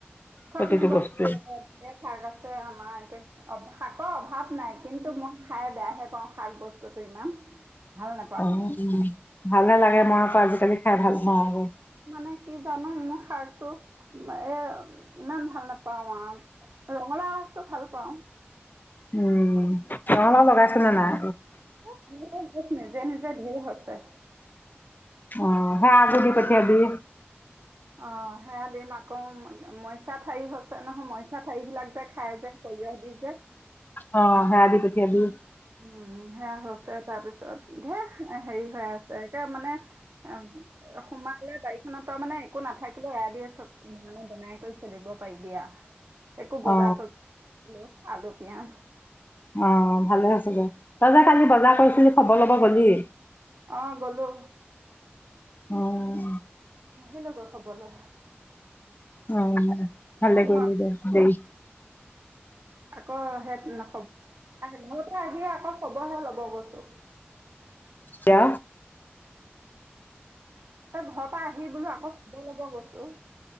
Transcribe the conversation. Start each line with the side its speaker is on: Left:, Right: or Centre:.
Right: চব
Left: প্ৰতিটো
Right: নিব পাৰিব
Left: বস্তুৱে
Right: শাক আছে বাৰিতে আমাৰ এতিয়া। অ শাকৰ অভাৱ নাই কিন্তু মই খাই বেয়াহে পাওঁ শাক বস্তুটো ইমান। ভাল নাপাওঁ
Left: অ উ ভালে লাগে মই আকৌ আজিকালি খাই ভাল পাওঁ।
Right: মানে কি জানো মোৰ শাকটো এ ইমান ভাল নোপাও আৰু ৰঙালাউ আগটো ভাল পাওঁ।
Left: উম ৰঙালাউ লগাই ছিলে নাই।
Right: এ ৰঙালাও গছ নিজে নিজে ধেই হৈছে।
Left: অ সেয়া এজুপি দি পঠীয়াবি
Right: অ সেয়া দিম আকৌ মইচাত ঠাৰি আ হৈছে নহয় মইচা ঠাৰি বিলাক যে খাই যে সৰিয়হ দি যে
Left: অ সেয়া দি পঠিয়াবি
Right: উম সেয়া হৈছে তাৰপিছত দে হেৰি হৈ আছে একে মানে। অ সোমালে বাৰিখনত তাৰ মানে একো নাথাকিলে এয়া দি আছে। চব মানে বনাই কৰি চলিব পাৰিবি একো বজাৰ
Left: অ
Right: চজা আলু পিয়াজ
Left: অ ভালে আছে দে তই যে কালি বজাৰ কৰিছিলি খবৰ ল'ব গলি
Right: আহ গ'লো
Left: উম
Right: আহিলো গৈ খবৰ লৈ
Left: অ ভালে কৰিলি
Right: ঘ
Left: দে দেই
Right: আকৌ হ নখব ঘ <unintelligible> আহিয়ে আকৌ খবৰটো ল'ব গৈছো।
Left: ক <unintelligible>
Right: ত ঘৰৰ পৰা আহি বোলো আকৌ খবলব গৈছো